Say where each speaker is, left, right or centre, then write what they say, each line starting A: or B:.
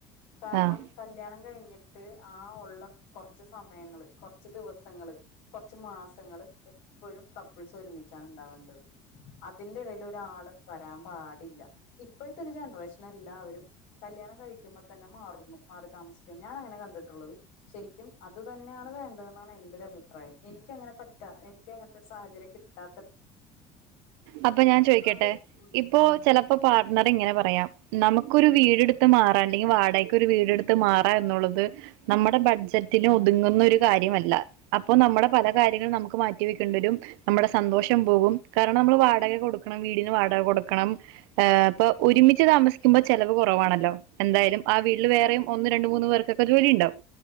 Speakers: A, on the left; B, on the right.
A: കാരണം
B: ആഹ്
A: കല്യാണം കഴിഞ്ഞിട്ട് ആ ഒള്ള കൊർച്ച് സമയങ്ങൾ കൊർച്ച് ദിവസങ്ങൾ കൊർച്ച് മാസങ്ങൾ എപ്പഴും കപ്പിൾസ് ഒരുമി ച്ച ണ്ടാവേണ്ടത് അതിന്റെ ഇടേൽ ഒരാളും വരാൻ പാടില്ല ഇപ്പോ പ്പോഴത്തൊരു ജൻറേഷൻ എല്ലാവരും കല്യാണം കഴിക്കുമ്പ തന്നെ മാറുന്നു മാറി താമസിക്കുന്നു ഞാൻ അങ്ങനെ കണ്ട് ള്ളത് ശരിക്കും അത് തന്നെയാണ് വേണ്ടെന്നാണ് എന്റെ ഒരു അഭിപ്രായം എനിക്കങ്ങനെ പറ്റ എനിക്ക് ത്തെ സാഹചര്യം കിട്ടാ
B: അപ്പൊ ഞാൻ ചോയ്ക്കട്ടെ
A: അത് ഉം
B: ഇപ്പൊ
A: ഉം
B: ചിലപ്പോ പാർട്ണർ ഇങ്ങനെ പറയാം നമുക്കൊരു വീട്ടുത്ത് മാറാംൻ അല്ലെങ്കിൽ വാടക ഒരു വീടെടുത്ത്
A: ഉം
B: മാറാ എന്നുള്ളത് നമ്മുടെ ബഡ്ജറ്റിലും ഒതുങ്ങുന്ന ഒരു കാര്യമല്ല അപ്പൊ നമ്മുടെ പല കാര്യങ്ങളും നമുക്ക് മാറ്റി വെക്കേണ്ടി വരും നമ്മുടെ സന്തോഷം പോകും കാരണം നമ്മൾ
A: ഉം
B: വാടക കൊടുക്കും കൊടുക്കണം വീടിന് വാടക വാടക കൊടുക്കണം ഒരുമിച്ച്
A: ഉം
B: ഒരുമിച്ച് താമസിക്കുമ്പോൾ ചിലവ് കുറവാണല്ലോ എന്തായാലും ആ വീട്ടിൽ വേറെയും ഒന്ന് രണ്ട മൂന്ന് പേർക്കൊക്കെ ജോലി ഉണ്ടാാവും